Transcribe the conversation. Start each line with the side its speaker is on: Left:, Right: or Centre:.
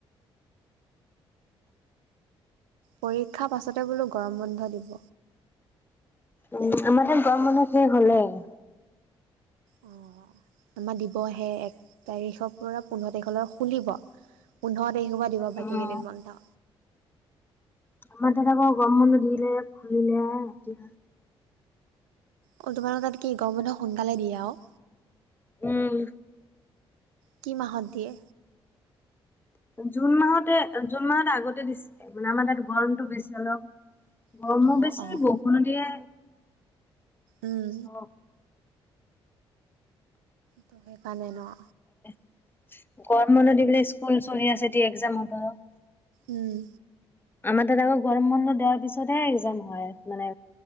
Right: পৰীক্ষাৰ পাছতে বোলো গৰম বন্ধ দিব।
Left: উম, আমাৰ তাত গৰম বন্ধ শেষ হ'লেই।
Right: উম, আমাৰ দিবহে এক তাৰিখৰ পৰা পোন্ধৰ তাৰিখলৈ খুলিব, পোন্ধৰ তাৰিখৰ পৰা দিব বাকী
Left: উম
Right: কেইদিন বন্ধ।
Left: আমাৰ তাত আকৌ গৰম বন্ধ দিলে খুলিলে আ এত
Right: অ', তোমাৰ লগত কি গৰম বন্ধ সোনকালে দিয়ে আও।
Left: উম।
Right: কি মাহত দিয়ে?
Left: জুন মাহতে, জুন মাহত আগতে দিছে। মানে আমাৰ তাত গৰমটো বেছি অলপ। গৰমো
Right: অ',
Left: বেছি,
Right: অ',
Left: বৰষুণো দিয়ে।
Right: উম
Left: অ।
Right: ত' সেইকাৰণে ন'।
Left: <inaudible> গৰম বন্ধ দিলে, স্কুল চলি আছে, এতিয়া এক্সাম হ'ব।
Right: উম।
Left: আমাৰ তাত আকৌ গৰম বন্ধ দিযা পিছতহে এক্সাম হয়, মানে